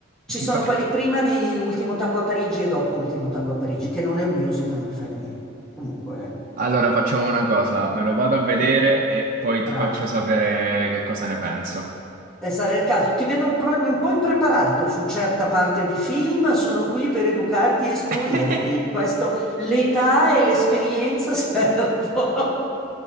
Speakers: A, in the centre; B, on the right.
A: ci
B: <laughs>
A: sono quelli prima di Ultimo Tango a Parigi e dopo Ultimo Tango a Parigi, che non è un musical, non fa niente. Comunque,
B: allora facciamo una cosa, me lo vado a vedere
A: ah,
B: e poi
A: bravo.
B: ti faccio sapere che cosa ne penso.
A: Eh, sarà il caso. Ti vedo un, pro- un po' impreparato su certa parte di film, sono qui per educarti e istruirti.
B: <laughs>
A: In questo l'età e l'esperienza <laughs> servono.